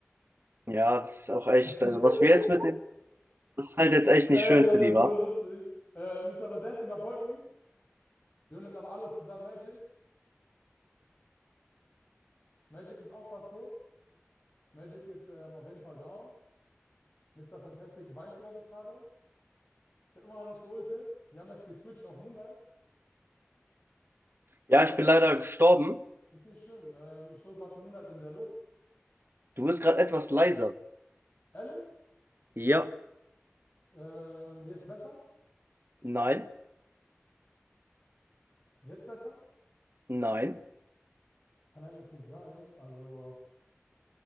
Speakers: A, on the right; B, on the left.
A: Ja, das ist auch echt.
B: <laughs>
A: Also, was wir jetzt mitnehmen, das ist halt jetzt echt
B: Ey,
A: nicht schön
B: das
A: für die,
B: ist
A: wa?
B: so lustig. Äh, Mr. Vendetta überfolgt mich. Wir holen jetzt aber alle zusammen Magic. Magic ist auch fast tot. Magic ist ähm, auf jeden Fall down. Mister Fantastic weint, glaube ich, gerade. Ich habe immer noch nicht geultet. Die haben jetzt geswitcht auf Moonlight.
A: Ja, ich bin leider gestorben.
B: Ist nicht schlimm. Ähm, ich hole gerade Moonlight in der Luft.
A: Du wirst gerade etwas leiser.
B: Ehrlich?
A: Ja.
B: Ähm, jetzt besser?
A: Nein,
B: Jetzt besser?
A: nein.
B: Das kann eigentlich nicht sein. Also,